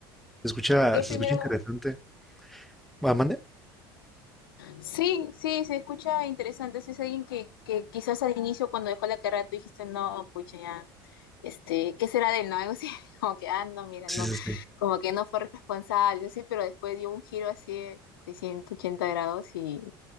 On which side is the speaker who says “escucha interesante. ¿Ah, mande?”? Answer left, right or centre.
Centre